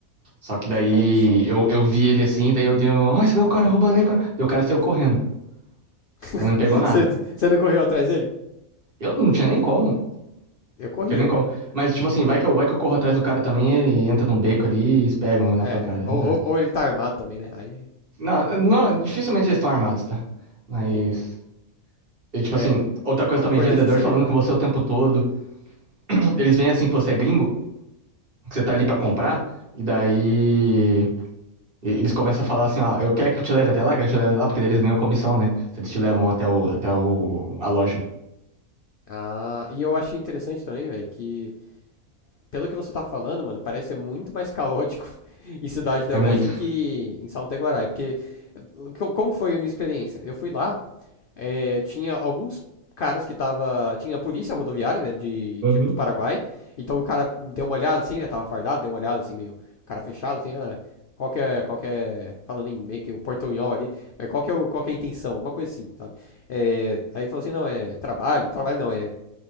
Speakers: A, on the right; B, on the left.
A: Só que daí
B: Olha só.
A: eu, eu vi ele assim, daí eu dei, um, ó, esse é o cara roubando aí, cara. Daí o cara saiu correndo,
B: <laughs>
A: né? Não pegou nada.
B: Você, você não correu atrás dele?
A: Eu não tinha nem como,
B: Eu corria,
A: não tinha nem como.
B: mano.
A: Mas tipo assim, vai que eu, vai que eu corro atrás do cara também, ele entra num beco ali e eles pegam na
B: É,
A: pancada,
B: ou,
A: não dá.
B: ou, ou ele tá armado também, né? Aí
A: Não, não, dificilmente eles estão armados, tá? Mas.
B: tem.
A: E, tipo
B: É,
A: assim, outra coisa
B: mas
A: também,
B: o importante
A: vendedor
B: é que você
A: falando
B: viu.
A: com você o tempo todo. Eles veem assim que você é gringo, que você tá ali pra comprar, e daí. e- Eles começam a falar assim, ó, eu quero que eu te leve até lá, quero que eu te leve até lá, porque daí eles ganham comissão, né? Se eles te levam até o, até o, a loja.
B: Ah, e eu achei interessante também, velho, que pelo que você tá falando, mano, parece ser muito mais caótico <laughs> em Cidade
A: É
B: do
A: muito.
B: Leste do que em Salto Iguaraí, porque co- como foi a minha experiência? Eu fui lá, é, tinha alguns caras que tava, tinha a polícia rodoviária, né, de,
A: Uhum.
B: de- do Paraguai, então o cara deu uma olhada assim, né, tava fardado, deu uma olhada assim, meio cara fechado, assim, ah, qual que é, qual que é, falando em meio que o portunhol ali, mas qual que é, o, qual que é a intenção, alguma coisa assim, sabe? É, aí falou assim, não, é trabalho, trabalho não, é